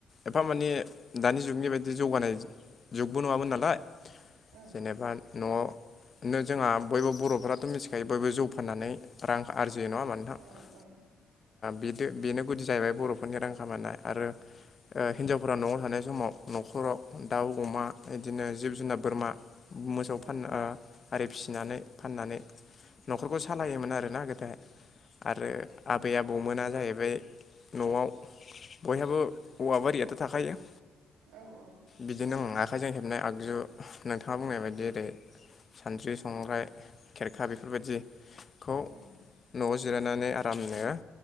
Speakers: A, on the left; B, on the right.
A: एफा माने दानि जुगनि बायदि जौगानाय जुगबो नङामोन नालाय।
B: औ
A: जेनेबा न'आवनो जोंहा बयबो बर'फ्राथ' मिथिखायो बयबो जौ फाननानै रां आरजियो नङा होनबा नोथां?
B: औ औ
A: बि बेनो गुदि जाहैबाय बर'फोरनि रां खामनाय आरो हिन्जावफोरा न'आव थानाय समाव न'खराव दाउ अमा बिदिनो जिब जुनार बोरमा मोसौ
B: औ
A: फान आरि फिसिनानै फाननानै न'खरखौ सालायोमोन आरोना गोदोहाय। आरो आबै आबौमोना जाहैबाय न'आव बयहाबो औवा बारियाथ' थाखायो।
B: औ औ
A: बिदिनो आखाइजों हेबनाय आगजु नोंथाङा बुंनाय बायदि ओरै सानद्रि संग्राय। खेरखा बेफोरबायदिखौ
B: ओं
A: न'आव जिरायनानै आरामनो